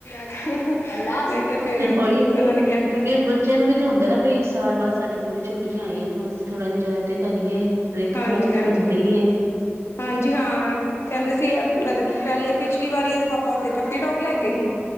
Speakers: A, on the left; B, on the right.
A: <inaudible> ਉਹਨਾਂ
B: ਉਹੀ ਇੱਥੇ
A: ਨੇ ਕਹਿ
B: ਕਿਉਂਕਿ ਬੱਚਿਆਂ ਨੂੰ ਵੀ ਤਾਂ ਹੁੰਦਾ ਨਾ ਬ ਇੱਕ ਸਾਲ ਬਾਅਦ ਸਾਡੀੇ ਪੂਰੀ ਛੁੱਟੀਆਂ ਆਈਆਂ ਨੇ ਹੁਣ ਅਸੀਂ ਥੋੜ੍ਹਾ ਇੰਜੋਏ ਤੇ ਕਰੀਏ ਟਰਿਪ
A: ਹਾਂਜੀ
B: ਵਗੈਰਾ ਤਾਂ
A: ਹਾਂਜੀ
B: ਬਣਦੀ ਹੀ ਏ।
A: ਹਾਂਜੀ ਹਾਂ ਕਹਿੰਦੇ ਸੀ ਮ ਪਹਿਲੇ ਪਿਛਲੀ ਵਾਰੀ ਇਹਦੇ ਪਾਪਾ ਉਥੇ ਪਟਨੀਟੋਪ ਲੈ ਗਏ ਸੀ।